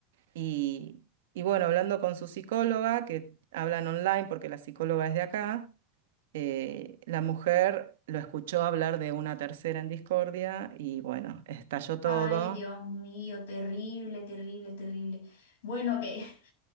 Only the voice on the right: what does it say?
y, y bueno, hablando con su psicóloga, que hablan online porque la psicóloga es de acá. Eh, la mujer lo escuchó hablar de una tercera en discordia y bueno, estalló todo.